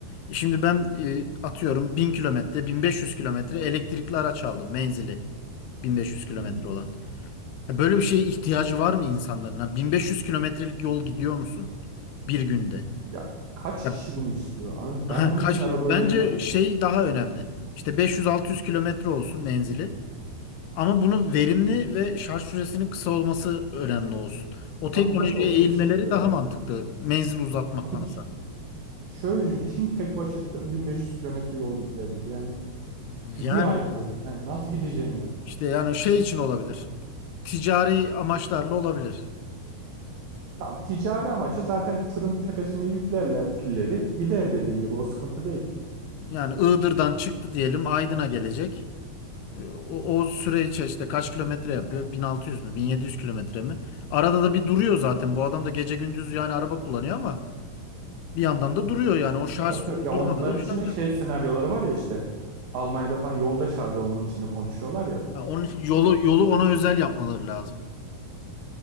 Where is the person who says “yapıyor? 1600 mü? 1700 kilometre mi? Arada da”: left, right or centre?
Left